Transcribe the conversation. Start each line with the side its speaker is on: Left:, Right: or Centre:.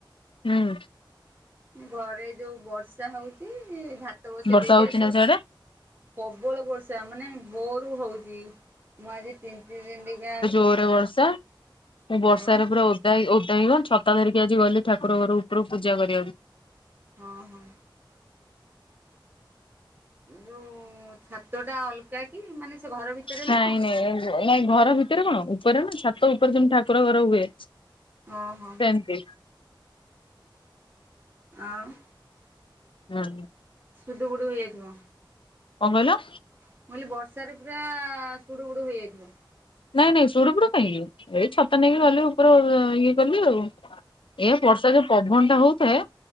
Left: ହୁଁ।
Right: ଘରେ ଯୋଉ ବର୍ଷା ହଉଛି ଭାତ ବସେଇ
Left: ବର୍ଷା
Right: ଦେଇକି
Left: ହଉଛି
Right: ଆସି
Left: ନା ସିଆଡେ?
Right: ପ୍ରବଳ ବର୍ଷା ମାନେ, ଭୋରୁ ହଉଛି ମୁଁ ଆଜି ତିନ୍ତି ତିନ୍ତିକା
Left: ଘୋର ବର୍ଷା। ମୁଁ ବର୍ଷାରେ
Right: ହଁ
Left: ପୁରା ଓଦା ହେଇକି ଓଦା ହେଇିଗଲି ଛତା ଧରିିକି ଆଜି ଗଲି ଠାକୁର ଘର ଉପରୁ ପୂଜା କରିବାକୁ।
Right: ହଁ ହଁ। ଯୋଉ ଛାତ ଟା ଅଲଗା କି? ମାନେ ସେ ଘର ଭିତରେ
Left: ନାଇଁ
Right: ନୁହଁ!
Left: ନାଇଁ ନାଇଁ ଘର ଭିତରେ କଣ ଉପରେ ନା ଛାତ ଉପରେ ଯେମିତି ଠାକୁର ଘର ହୁଏ?
Right: ଓ ହୋ
Left: ସେମିତି
Right: ଆଉ?
Left: ହୁଁ।
Right: ସୁଦୁ ବୁଡ଼ୁ ହେଇଯାଇଥିବ!
Left: କଣ କହିଲ?
Right: ମୁଁ କହିଲି ବର୍ଷାରେ ପୁରା ସୁଡୁ ବୁଡୁ ହେଇଯାଇଥିବ।
Left: ନାଇଁ ନାଇଁ ସୁଡ ବୁଡ କାହିଁକି! ଏଇ ଛତା ନେଇକି ଗଲି ଉପର ଇଏ କଲି ଆଉ ଏ ବର୍ଷା ଯୋଉ ପବନ ଟା ହଉଥାଏ